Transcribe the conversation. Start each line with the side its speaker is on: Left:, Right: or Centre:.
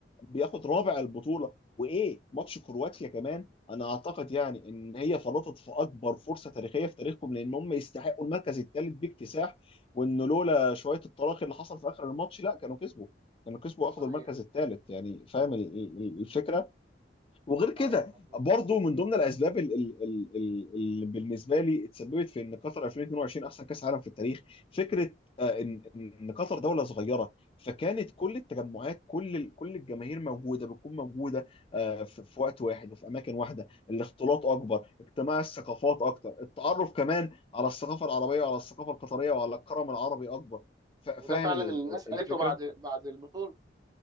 Left: بياخد رابع البطوله وايه ماتش كرواتيا كمان انا اعتقد يعني ان هي فرطت في اكبر فرصه تاريخيه في تاريخهم لان هم يستحقوا المركز الثالث باكتساح وان لولا شويه الطلاق اللي حصل في اخر الماتش لا كانوا كسبوا كانوا كسبوا واخدوا
Right: صحيح
Left: المركز الثالث يعني فاهم ال- ال- الفكره وغير كده
Right: صحيح مظبوط
Left: برضو من ضمن الاسباب ال- ال- ال- ال- اللي بالنسبه لي اتسببت في ان قطر 2022 احسن كاس عالم في التاريخ فكره آه، ان ان قطر دوله صغيره فكانت كل التجمعات كل ال- كل الجماهير موجوده بتكون موجوده آه، في في وقت واحد وفي اماكن واحده الاختلاط اكبر اجتماع الثقافات اكتر التعرف كمان على الثقافه العربيه وعلى الثقافه القطريه وعلى الكرم العربي اكبر ف- فاهم
Right: وده فعلا
Left: ال-
Right: اللي الناس قالته
Left: الفكره
Right: بعد بعد البطوله